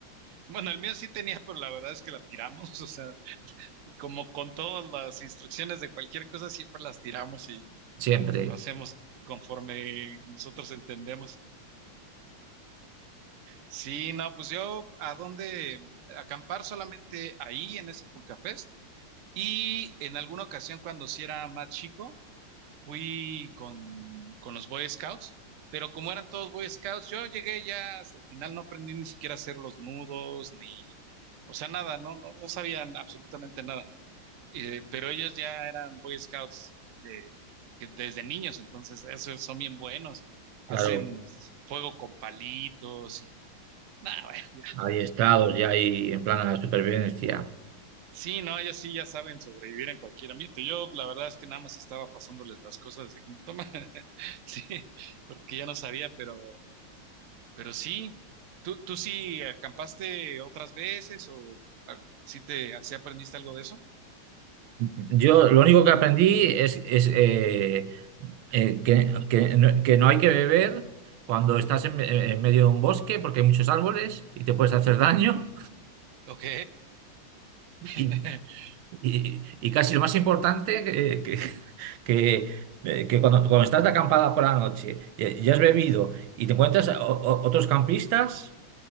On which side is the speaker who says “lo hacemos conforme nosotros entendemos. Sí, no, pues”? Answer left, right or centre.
Right